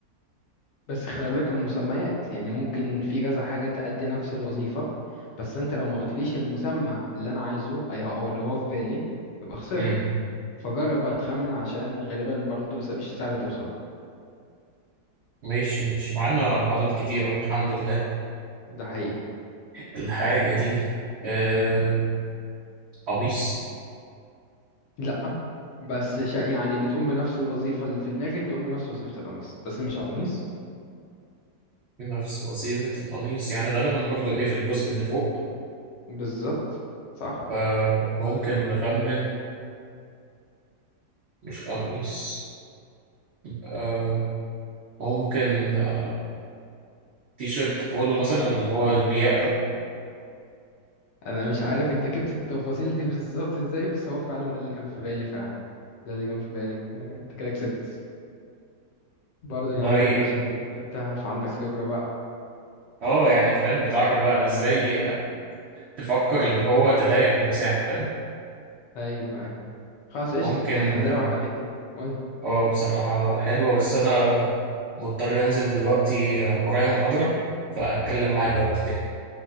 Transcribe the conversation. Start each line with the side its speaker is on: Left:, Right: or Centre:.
Left: بس خلي بالك المسميات يعني ممكن في كذا حاجة تأدي نفس الوظيفة بس انت لو ما قلتليش المسمى اللي انا عايزه اي- او اللي هو في بالي يبقى خسرت
Right: مم.
Left: فجرب بقى تخمن عشان غالبا برضو س- مش سهل توصل
Right: ماشي ماشي معانا محاضرات كتير أهو الحمد لله
Left: ده حقيقي
Right: الحاجة دي آه... قميص
Left: لا بس شا يعني بتقوم بنفس الوظيفة اللي في دماغي بتقوم بنفس وظيفة القميص بس مش قميص
Right: نفس وظيفة القميص يعني غالبا برضو إيه في الجزء اللي فوق
Left: بالظبط صح
Right: فممكن نخمن مش قميص آه... ممكن آه، تي شيرت بولو مثلا اللي هو البياقة ده
Left: انا مش عارف انت جبت التفاصيل دي بالظبط ازاي بس هو فعلا ده اللي كان في بالي فعلا ده اللي كان في بالي يعني انت كده كسبت برضه
Right: والله
Left: يا عم
Right: ي-
Left: انت عشان لعبتها فعندك خبرة بقى
Right: اه يعني فاهم بتعرف بقى ازاي آه، تفكر اللي هو تضيق المساحة فاهم
Left: ايوه ايوه خلاص قشطة
Right: ممكن
Left: يعني انا اللعبة عجبتني قولي
Right: اه بصراحة حلوة بس أنا مضطر أنزل دلوقتي آه، ورايا محاضرة فأتكلم معاك بقى وقت تاني